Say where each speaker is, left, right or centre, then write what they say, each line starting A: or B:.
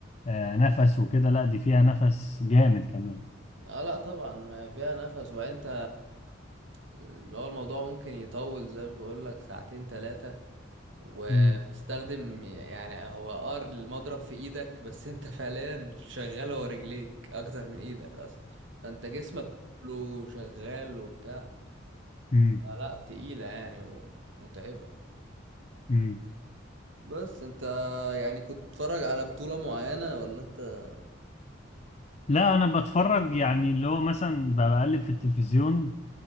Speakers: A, on the left; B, on the right.
A: آه، نفس وكده لا دي فيها نفس جامد كمان
B: اه لا طبعا ما فيها نفس وبعدين انت اللي هو الموضوع ممكن يطول زي ما بقول لك ساعتين ثلاثة وبتستخدم
A: امم
B: يعني هو ار المضرب في ايدك بس انت <laughs> فعليا شغال هو رجليك اكتر من ايدك اصلا فانت جسمك كله شغال وبتاع
A: مم.
B: اه لا تقيلة يعني ومتعبة
A: مم.
B: بس انت يعني كنت بتتفرج على بطولة معينة ولا انت
A: لا انا بتفرج يعني اللي هو مثلا ب- بقلب في التلفزيون